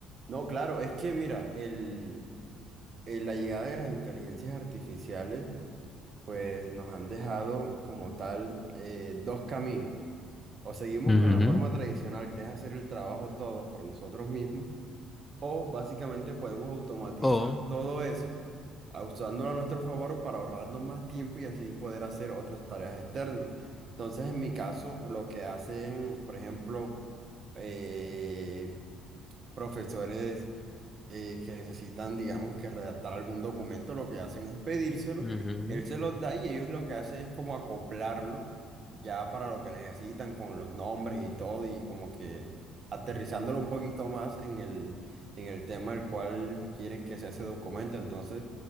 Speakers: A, on the right (about 45°); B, on the left (about 20°).
A: No, claro, es que mira, el, el- la llegada de las inteligencias artificiales, pues nos han dejado como tal eh, dos caminos. O seguimos
B: Ujú.
A: con la forma tradicional, que es hacer el trabajo todos por nosotros mismos, o básicamente podemos automatizar
B: O,
A: todo eso, a- usándolo a nuestro favor para ahorrarnos más tiempo y así poder hacer otras tareas externas. Entonces, en mi caso, lo que hacen, por ejemplo, eh, profesores. eh, que necesitan, digamos, que redactar algún documento, lo que hacen es pedírselo,
B: ujú,
A: él se los da y ellos lo que hacen es como acoplarlo ya para lo que necesitan con los nombres y todo y como que aterrizándolo un poquito más en el, en el tema al cual quieren que sea ese documento. Entonces,